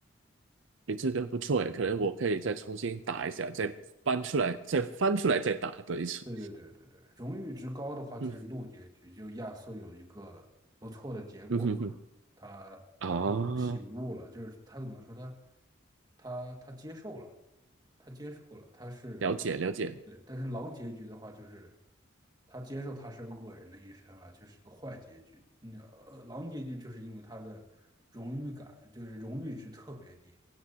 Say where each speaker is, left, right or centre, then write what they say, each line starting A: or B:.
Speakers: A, on the right; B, on the right.
A: 诶，这个不错诶，可能我可以再重新打一下，再搬出来，再翻出来再打多一次。
B: 对对对对对，荣誉值高的话就是路结局，
A: 嗯
B: 就亚瑟有一个不错的结果吧，
A: 嗯哼哼，
B: 他最后醒悟了，
A: 啊，
B: 就是他怎么说他他他接受了，他接受了，他是
A: 了解了解，
B: 对，但是狼结局的话就是他接受他是恶人的一生了，就是个坏结局。嗯，呃狼结局就是因为他的荣誉感，就是荣誉值特别低，